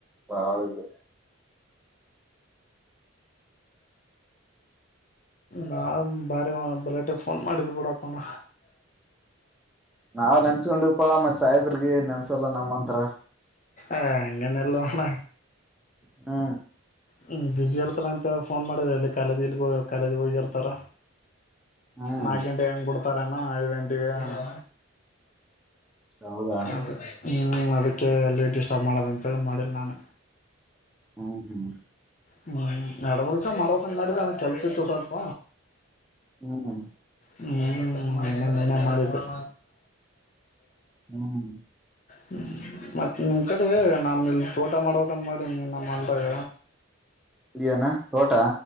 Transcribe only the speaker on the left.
ನಾ ಬಾರಿ ಬಲಾಟಿ ಫೋನ್ ಮಾಡಿದ್ ಬಿಡಪ್ಪನ
ಏ ಹಂಗೆನ್ ಇಲ್ಲೋ ಅಣ್ಣ.
ಹ್ಮ್ ಬಿಜಿ ಇರ್ತಲಾ ಅಂತ ಏಲ್ ಫೋನ್ ಮಾಡಿದೇ ಎಲ್ಲಿ ಕಾಲೇಜ್ ಇಲ್ಲಿ ಕಾಲೇಜ ಹೋಗಿರ್ತಾರ.
ನಾಲ್ಕ ಗಂಟೆ ಹೆಂಗ್ ಬಿಡ್ತಾರ ಅಣ್ಣ ಐದ ಗಂಟೆಗ್ ಅದ
ಹಂ ಅದಕ್ಕೆ ಎಲ್ಲಿ ಡಿಸ್ಟರ್ಬ್ ಮಾಡೋದಂತೇಳಿ ಮಾಡಿಲ್ಲ ನಾನ.
ಹ್ಮ್ ನಡಬರ್ಸ ಮಾಡ್ಬೇಕ್ ಅಂತ್ ಮಾಡಿದ್ದೆ ಆನ್ ಕೆಲ್ಸಿತ್ತು ಸ್ವಲ್ಪ
ಹ್ಮ್ ಮನ್ನೆ ಮನ್ನೆ ಮಾಡಿದ್ದೆ. <unintelligible>
ಹ್ಮ ಮತ್ತ ನಿಮ್ ಕಡಿ ನಾನ ಇಲ್ಲಿ ತೋಟ ಮಾಡ್ಬೇಕಂತ ಮಾಡೀನೀ ನಮ್ಮ ಹೊಲ್ದಾಗ.